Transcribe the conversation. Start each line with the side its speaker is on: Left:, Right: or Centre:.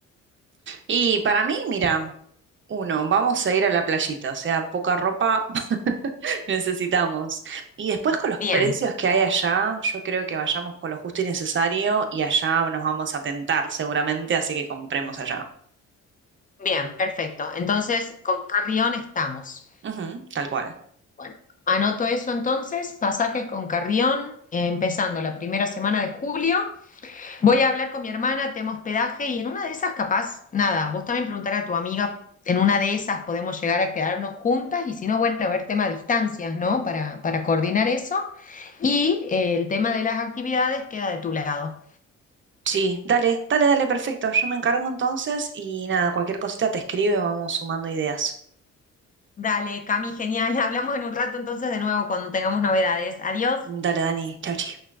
Right: Y para mí, mira, uno, vamos a ir a la playita, o sea, poca ropa <laughs> necesitamos. Y después con los
Left: Bien,
Right: precios que hay allá, yo creo que vayamos con lo justo y necesario y allá nos vamos a tentar seguramente, así que compremos allá.
Left: bien, perfecto. Entonces, con carrión estamos.
Right: Ujú, tal cual.
Left: Bueno, anoto eso entonces, pasajes con Carrión, eh, empezando la primera semana de julio. Voy a hablar con mi hermana, tema hospedaje, y en una de esas, capaz, nada, vos también preguntar a tu amiga, en una de esas podemos llegar a quedarnos juntas, y si no, bueno, a ver tema de distancias, ¿no? Para, para coordinar eso. Y eh, el tema de las actividades queda de tu lado.
Right: Sí, dale, dale, dale, perfecto. Yo me encargo entonces y nada, cualquier cosita te escribo y vamos sumando ideas.
Left: Dale, Cami, genial. <laughs> Hablamos en un rato entonces de nuevo cuando tengamos novedades. Adiós.
Right: Dale, Dani, chau, chis.